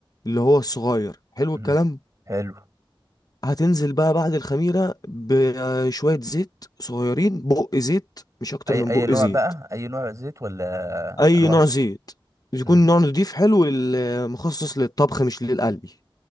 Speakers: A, on the left; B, on the right.
A: اللي هو الصغير حلو
B: امم
A: الكلام
B: حلو
A: هتنزل بقى بعد الخميرة بشوية زيت صغيرين بق زيت مش أكتر
B: اي
A: من
B: اي
A: بق
B: نوع
A: زيت
B: بقى اي نوع زيت ولا
A: أي
B: انواع
A: نوع زيت يكون
B: امم
A: نوع نضيف حلو لل- مخصص للطبخ مش للقلي